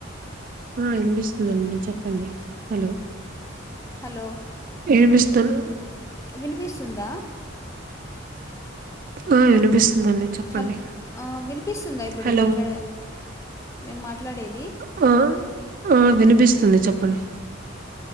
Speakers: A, on the right (about 45°); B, on the left (about 15°).
A: ఆ ఇన్పిస్తుందండి చెప్పండి హలో
B: హలో
A: ఏమిస్తారు
B: వినిపి సుంద
A: అ విన్పిస్త్ చెప్పండి
B: హలో ఆ, వినిపిస్తుందా ఇప్పుడు
A: హలో
B: మాట్లాడే మేము మాట్లాడేది
A: హ వినిపిస్తుంది చెప్పండి